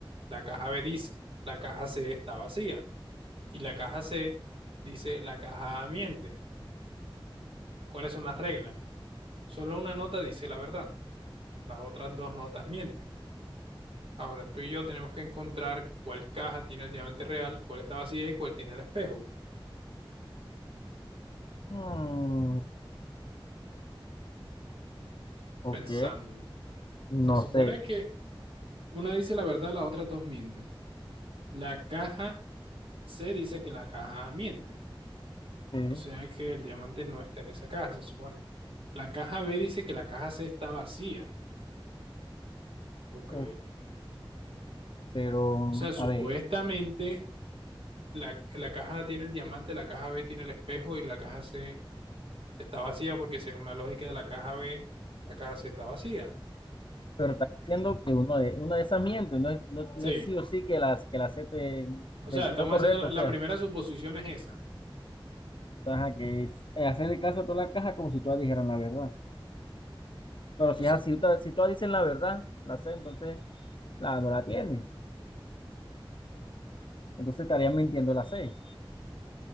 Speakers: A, on the right; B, on the left.
A: La caja B dice, la caja C está vacía. Y la caja C dice, la caja A miente. ¿Cuáles son las reglas? Solo una nota dice la verdad. Las otras dos notas mienten. Ahora tú y yo tenemos que encontrar cuál caja tiene el diamante real, cuál está vacía y cuál tiene el espejo.
B: Mm, ok,
A: Pensando.
B: no
A: Se supone
B: sé.
A: que una dice la verdad, las otras dos mienten. La caja C dice que la caja A miente.
B: Sí,
A: O sea que el diamante no está en esa caja, se supone. La caja B dice que la caja C está vacía. Ok.
B: ok, pero
A: O sea, supuestamente
B: a ver,
A: la, la caja A tiene el diamante, la caja B tiene el espejo y la caja C está vacía porque según la lógica de la caja B, la caja C está vacía.
B: pero está diciendo que uno de, uno de esas miente, no es, no,
A: Sí,
B: no es sí o sí que las que la acepte
A: o sea,
B: te, te-
A: estamos
B: lo correcto,
A: haciendo la,
B: o
A: la
B: sea,
A: primera suposición es esa.
B: ajá, que es, eh, hacerle caso a toda la caja como si todas dijeran la verdad. Pero si
A: O sea,
B: es así, si todas, si todas dicen la verdad, la C, entonces la no la tiene. Entonces estaría mintiendo la C.